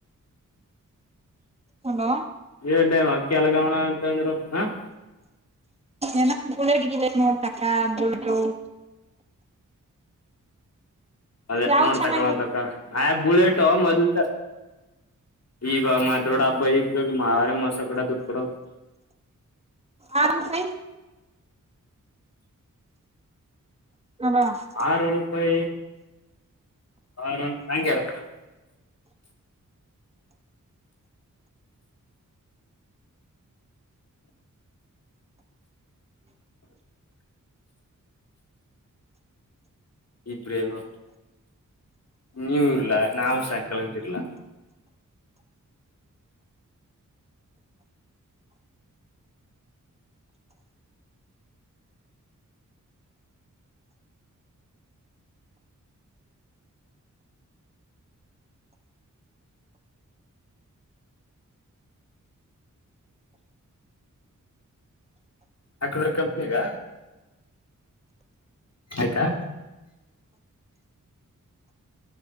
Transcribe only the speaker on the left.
ಹೇಳಏಳ್ ಅ ಕೆ ಎಲ್ಲಗೌಣ ಅಂತಂದ್ರು ಹ
ಅದೇ
ನೋಡಿ
ತಕ್ಕಳ ನೋವು ತಕ್ಕ ಆಯ್ ಬುಲೆಟ್ ಮೊದ್ಲು ಈವಾಗ ಮಾತ್ರೋಡ ಹಬ್ಬ ಈಗ ಈ ಮಾರ ಮೋಸ ಕಡೆ ದುಡ್ಡು ಕಡ
ಆರುನ್ ಪೈ ಆರುೂಪಿ ಹಂಗರ <inaudible> ಇಬ್ರೇಲು ನೀವು ಇರ್ಲಾ ನಾವು ಸಾಯಂಕಾಲ ಗಂಟ್ ಇರ್ಲ ಯಾಕಂದ್ರೆ ಕಂಪ್ನಿಗಾ ಆಯ್ತಾ